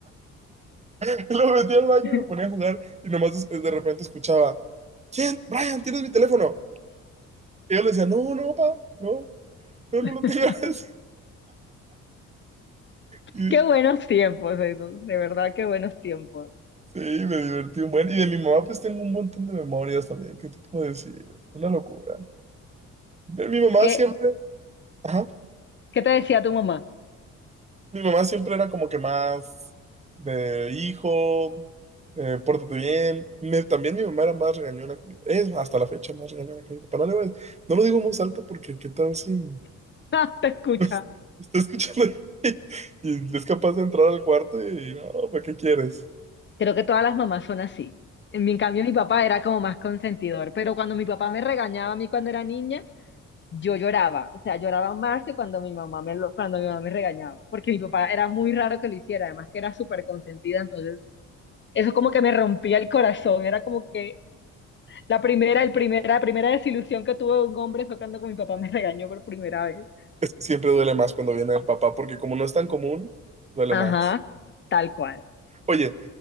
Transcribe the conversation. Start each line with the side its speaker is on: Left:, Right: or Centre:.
Right: <laughs> Lo metí al baño
Left: <laughs>
Right: y me ponía a jugar y nomás es- de repente escuchaba, ¿Quién? Brian, ¿tienes mi teléfono? Y yo le decía, no, no, papá, no, no, no
Left: <laughs>
Right: lo tengas. <laughs>
Left: Qué buenos tiempos esos, de verdad, qué buenos tiempos.
Right: Y sí, me divertí un buen. Y de mi mamá pues tengo un montón de memorias también, ¿qué te puedo decir? Una locura. Mi mamá
Left: Es que,
Right: siempre, ajá,
Left: ¿qué te decía tu mamá?
Right: mi mamá siempre era como que más de hijo, eh, pórtate bien. Me- también mi mamá era más regañona, que mi- es hasta la fecha más regañona que mi papá. No, le voy a- no lo digo en voz alta porque qué tal si <laughs>
Left: <laughs> ¡Ja! Te escucha.
Right: nos está escuchando <laughs> y es capaz de entrar al cuarto y no, ¿para qué quieres?
Left: Creo que todas las mamás son así. En mi en cambio, mi papá era como más consentidor, pero cuando mi papá me regañaba a mí cuando era niña, yo lloraba, o sea, lloraba más que cuando mi mamá me lo, cuando mi mamá me regañaba, porque mi papá era muy raro que lo hiciera, además que era súper consentida, entonces eso como que me rompía el corazón, era como que la primera, el primera, la primera desilusión que tuve de un hombre fue cuando mi papá me regañó por primera vez.
Right: Es que siempre duele más cuando viene el papá porque como no es tan común, duele
Left: Ajá,
Right: más.
Left: tal cual.
Right: Oye,